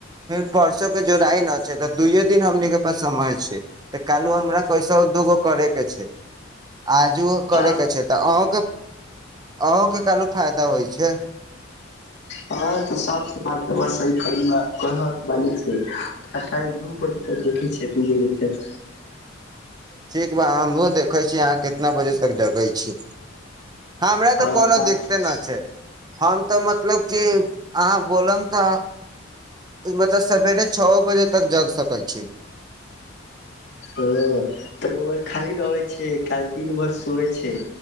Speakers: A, on the right; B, on the left.
A: फिर परसो जोड़ाआइ न छै तऽ दुइयए दिन हमनी के पास समय छैइ तऽ कालू हमरा कैसहू दूगो करे के छैइ <inaudible> आजूओ करय
B: हँ
A: के छै तऽ अहूँके अंहू के कहलू फायदा होइ छै
B: हँ तऽ सब बात रउआ सही कहली बात कहत बालिक से आइ काल दू बजे तऽ देखै छियै दू बजे तक
A: ठीक बा हमहूँ देखै छी अहाँ केतना बजे तक जगै छी हमरा
B: हँ
A: तऽ कोनो
B: बात
A: दिक्ते न छैय हम तऽ मतलब कि अहाँ बोलम त मतलब सवेरे छओ बजे तक जग सकै छी <inaudible>
B: ओ त रउआ खाली रहै छै काल दिन भर सुवै छै